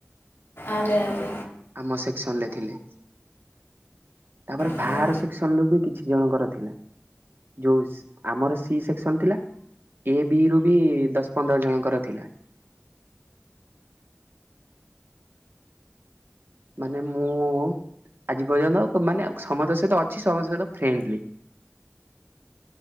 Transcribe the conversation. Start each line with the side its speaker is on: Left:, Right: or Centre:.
Left: ଆରେ ଆରେ।
Right: ଆମ ସେକ୍ସନ୍ ରେ ଥିଲେ। ତାପରେ
Left: ହୁଁ
Right: ଭାହାର ସେକ୍ସନରୁୁ ବି କିଛି ଜଣଙ୍କର ଥିଲା। ଯଉସ୍ ଆମର ସି ସେକ୍ସନ୍ ଥିଲା ଏ ବି ରୁ ବି ଦଶ୍ ପନ୍ଦର ଜଣଙ୍କର ଥିଲା। ମାନେ ମୁଁ ଆଜି ପର୍ଯ୍ୟନ୍ତ ମାନେ ସମତଅଂ ସହିତ ଅଛି ସମସ୍ତ ସହିତ ଫ୍ରେଣ୍ଡଲି।